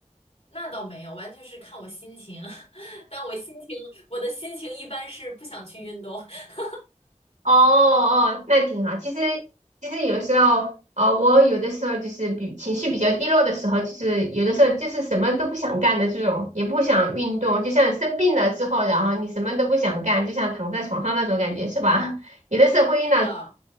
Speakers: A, on the left; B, on the right.
A: 那倒没有，完全是看我心情。<laughs> 但我心情，我的心情一般是不想去运动。<laughs>
B: 哦哦，那挺好。其实其实有时候，呃，我有的时候就是比情绪比较低落的时候，就是有的时候就是什么都不想干的这种，也不想运动，就像生病了之后，然后你什么都不想干，就像躺在床上那种感觉，是吧？<laughs> 有的时候会遇到。
A: 是的，